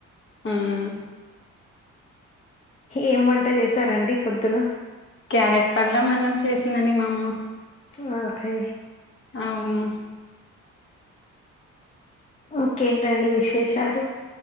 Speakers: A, on the left; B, on the left.
A: ఉమ్
B: ఏం వంట చేసారండి పొద్దునా
A: క్యారెట్ పళ్ళెం అన్నం చేశిందండి మా అమ్మా.
B: ఆ ఓకే
A: అవును
B: ఓకేంటండి విశేషాలు